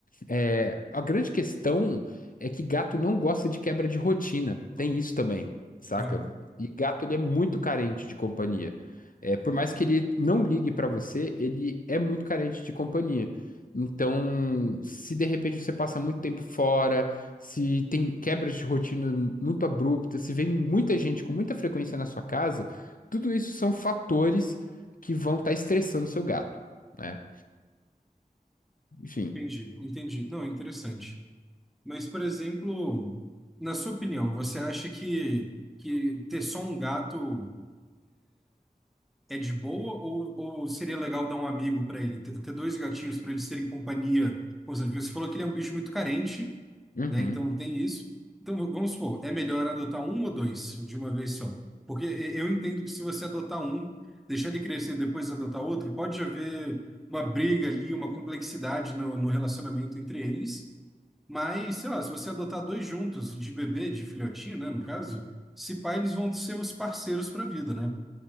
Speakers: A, on the left; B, in the centre.
A: É, a grande questão é que gato não gosta de quebra de rotina. Tem isso também, saca?
B: aham.
A: E gato ele é muito carente de companhia. É, por mais que ele não ligue pra você, ele é muito carente de companhia. Então, se de repente você passa muito tempo fora, se tem quebras de rotina muito abruptas, se vem muita gente com muita frequência na sua casa, tudo isso são fatores que vão estar estressando o seu gato, né? Enfim.
B: Entendi, entendi. Não, interessante. Mas, por exemplo, na sua opinião, você acha que, que ter só um gato é de boa ou, ou seria legal dar um amigo para ele? Ter, ter dois gatinhos para eles serem companhia constante? Porque você falou que ele é um bicho muito carente
A: Uhum.
B: né? Então tem isso. Então v- vamos supor, é melhor adotar um ou dois de uma vez só. Porque e- eu entendo que se você adotar um, deixar ele crescer e depois adotar outro, pode haver uma briga ali, uma complexidade no, no relacionamento entre eles. Mas, sei lá, se você adotar dois juntos, de bebê, de filhotinho, né, no caso, se pá, eles vão ser os parceiros pra vida, né?